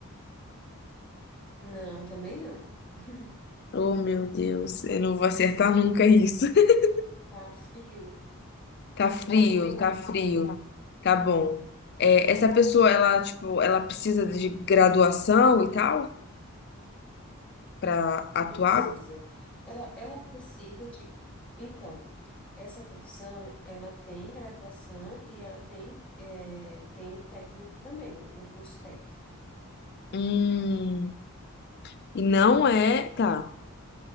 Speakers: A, in the centre; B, on the left (about 45°).
A: Não, também não. <laughs>
B: Oh, meu Deus, eu não vou acertar nunca isso. <laughs>
A: Tá frio.
B: Tá
A: Tá
B: frio,
A: frio, tá
B: tá
A: frio,
B: frio. Tá bom. É,
A: tá.
B: essa pessoa, ela, tipo, ela precisa de graduação e tal pra atuar?
A: Precisa. Ela, ela precisa de. Então, essa profissão, ela tem graduação e ela tem, é, tem o técnico também, o, o curso técnico.
B: Hum, e não é. Tá,